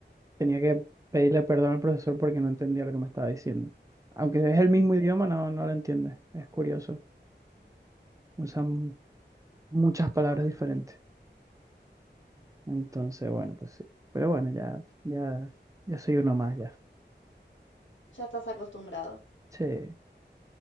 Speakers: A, on the right; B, on the left.
A: tenía que pedirle perdón al profesor porque no entendía lo que me estaba diciendo. Aunque es el mismo idioma, no, no lo entiende. Es curioso. Usan muchas palabras diferentes. Entonces, bueno, pues sí. Pero bueno, ya, ya, ya soy uno más ya.
B: Ya estás acostumbrado.
A: Sí,